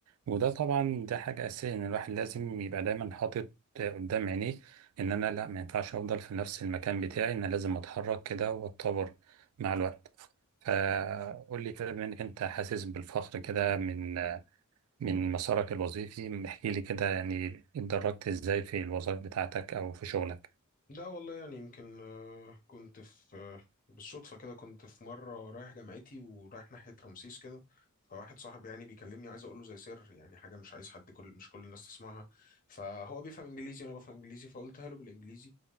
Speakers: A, on the right; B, on the left.
A: وده طبعا ده حاجة أساسية إن الواحد لازم يبقى دايما حاطط آه، قدام عينيه إن أنا لأ ما ينفعش أفضل في نفس المكان بتاعي إن أنا لازم أتحرك كده وأتطور مع الوقت فقول لي كده بما إنك أنت حاسس بالفخر كده من آه، من مسارك الوظيفي احكي لي كده يعني اتدرجت إزاي في الوظائف بتاعتك أو في شغلك
B: لا والله يعني يمكن آه، كنت في آه، بالصدفة كده كنت في مرة رايح جامعتي ورايح ناحية رمسيس كده فواحد صاحبي يعني بيكلمني عايز اقول له زي سر يعني حاجة مش عايز حد كل مش كل الناس تسمعها فهو بيفهم انجليزي وانا بفهم انجليزي فقلتها له بالانجليزي